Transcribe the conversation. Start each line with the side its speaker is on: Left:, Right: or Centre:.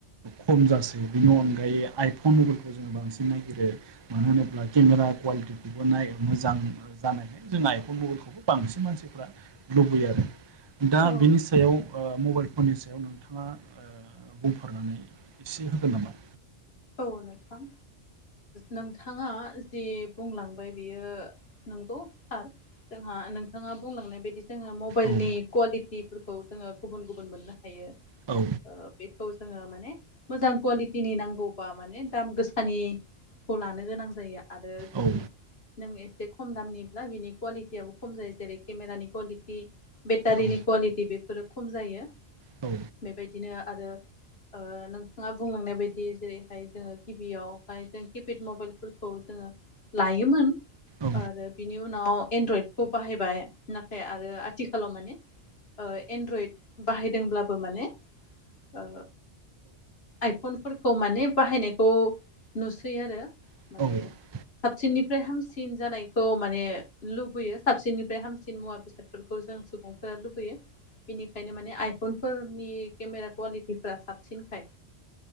Right: खम जासै बिनि अनगायै आइफन मबाइलखौ जोङो बांसिन नायागिरो। मानो होनोब्ला केमेरा कुवालिटिखौबो नायो मोजां जानायखाय जों आइफन मबाइलखौबो बांसिन मानसिफ्रा लुबैयो आरो। दा
Left: औ
Right: बिनि सायाव मबाइल फननि सायाव नोंथाङा ओ बुंफोरनानै एसे होगोन नामा?
Left: औ नोंथां नोंथाङा जि बुंलांबाय बियो नंगौ सार जोंहा नोंथाङा बुंलांनाय बायदि जोङो मबाइलनि
Right: औ
Left: कुवालिटि फोरखौ जोङो गुबुन गुबुन मोननो हायो।
Right: औ
Left: बेखौ जोङो माने मोजां कुवालिटिनि नांगौ बा माने दाम गोसानिखौ लानो गोनां जायो आरो जुदि
Right: औ
Left: नों एसे खम दामनिब्ला बिनि कुवालिटियाबो खम जायो। जेरै केमेरानि कुवालिटि बेटारिनि
Right: औ
Left: क्वालिटि बेफोरो खम जायो।
Right: औ
Left: बेबायदिनो आरो ओ नोंथाङा बुंलांनाय बायदि जेरैहाय जोङो गिबियावहाय जों किपेड मबाइलफोरखौ जोङो लायोमोन।
Right: औ
Left: आरो बिनि उनाव एनड्रयडखौ बाहायबाय नाथाय आरो आथिखालाव माने एन्ड्रइड बाहायदोंब्लाबो माने ओ आइफनफोरखौ माने बाहायनायखौ नुसै आरो
Right: औ
Left: माने साबसिननिफ्राय हामसिन जानायखौ माने लुबैयो साबसिननिफ्राय हामसिन मुवा बे बेफोरखौ जों सुबुंफोरा लुबैयो। बेनिखायनो माने आइफनफोरनि केमेरा कुवालिटिफ साबसिनखाय